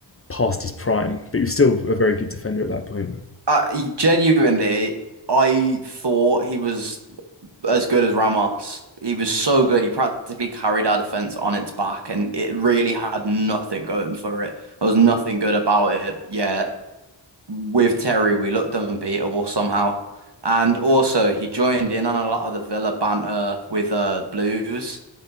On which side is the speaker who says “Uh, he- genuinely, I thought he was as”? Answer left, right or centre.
Right